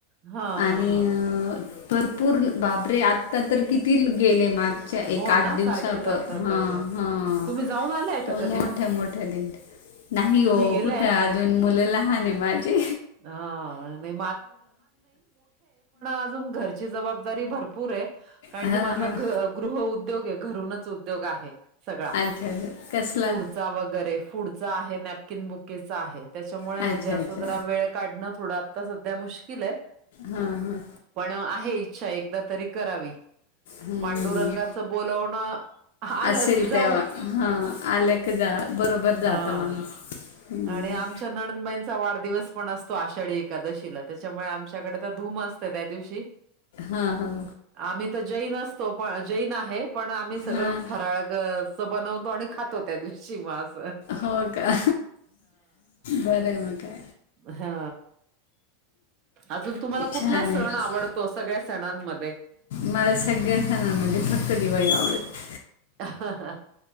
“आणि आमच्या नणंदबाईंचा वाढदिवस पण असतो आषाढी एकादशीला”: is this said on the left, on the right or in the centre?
Right